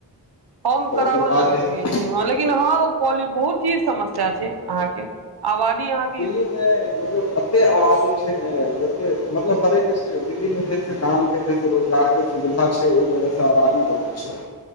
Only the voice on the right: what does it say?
हमम,
कराब
नगर
लगल
रहै
छै। लेकिन हँ, पल पल बहुत ही समस्या छै, अहाँके आबादीह।